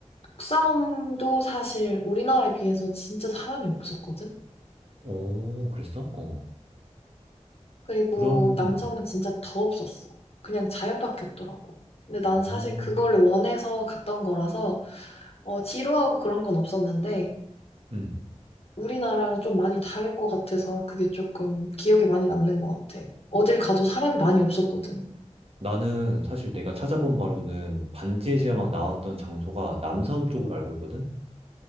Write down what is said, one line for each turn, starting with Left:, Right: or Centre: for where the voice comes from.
Left: 북섬도 사실 우리나라에 비해서 진짜 사람이 없었거든?
Right: 오, 그랬어? 어.
Left: 그리고
Right: 그러면,
Left: 남섬은
Right: 음.
Left: 진짜 더 없었어. 그냥 자연밖에 없더라고. 근데 난
Right: 어.
Left: 사실 그거를 원해서 갔던 거라서 어, 지루하고 그런 건 없었는데
Right: 음.
Left: 우리나라랑 좀 많이 다른 것 같아서 그게 조금 기억에 많이 남는 것 같아. 어딜 가도 사람이 많이 없었거든.
Right: 나는 사실 내가 찾아본 바로는 반지의 제왕 나왔던 장소가 남섬 쪽으로 알고 있거든?